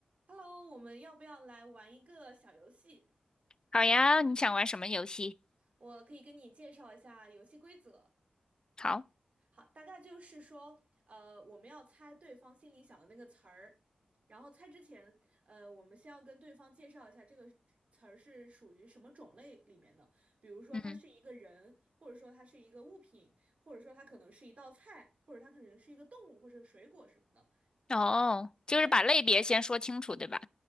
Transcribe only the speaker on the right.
Hello，我们要不要来玩一个小游戏？
我可以跟你介绍一下游戏规则。
好，大概就是说，呃，我们要猜对方心里想的那个词儿，然后猜之前，呃，我们先要跟对方介绍一下这个词儿是属于什么种类里面的。比如说，
它是一个人，或者说它是一个物品，或者说它可能是一道菜，或者它可能是一个动物或者水果什么的。
对，